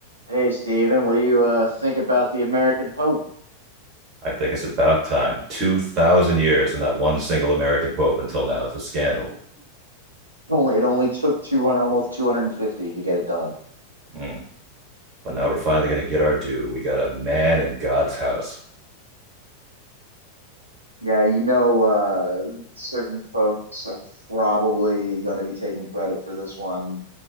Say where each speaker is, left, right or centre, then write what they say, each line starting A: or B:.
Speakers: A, on the right; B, on the right.
A: Hey, Steven, what do you uh, think about the American Pope?
B: I think it's about time. 2,000 years and not one single American pope until now. It's a scandal.
A: <laughs> Only it only took 200, almost 250 to get it done.
B: Mm. But now we're finally going to get our due. We got a man in God's house.
A: Yeah, you know, uh, certain folks are probably going to be taking credit for this one,